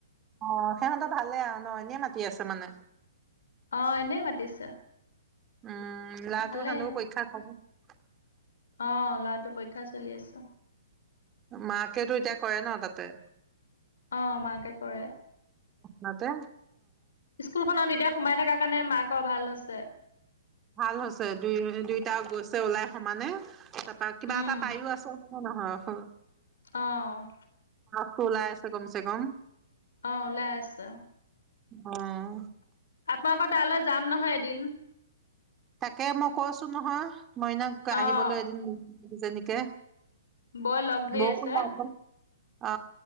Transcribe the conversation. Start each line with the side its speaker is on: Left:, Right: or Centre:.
Right: অ সিহঁতৰ ভালে আৰু ন এনেই মাতি আছে মানে।
Left: অ', এনেই মাতিছে
Right: উম ল'ৰাটো
Left: ভালে।
Right: হোনো পৰীক্ষা <unintelligible>
Left: অ ল'ৰাটো পৰীক্ষা চলি আছে।
Right: মাকেতো এতিয়া কৰে ন তাতে।
Left: অ মাকে কৰে।
Right: মতে
Left: স্কুলখনত এতিয়া সোমাই থকাৰ কাৰণে মাকৰ ভাল হৈছে।
Right: ভাল হৈছে দুই দুইটা গৈছে ওলাই সমানে তাৰপা কিবা
Left: উম,
Right: এটা পায়ো আছে। হ হ হ।
Left: অ'।
Right: খোলাই আছে কমছে কম
Left: অ ওলাই আছা।
Right: উম।
Left: আপোনা লোকৰ তালৈ যাম নহয় এদিন।
Right: তাকে মই কৈছো নহয় মইনাক
Left: অ',
Right: আহিবলৈ এদিন যেনেকে
Left: বৌয়ে লগ ধৰি
Right: <unintelligible>
Left: আছে।
Right: অ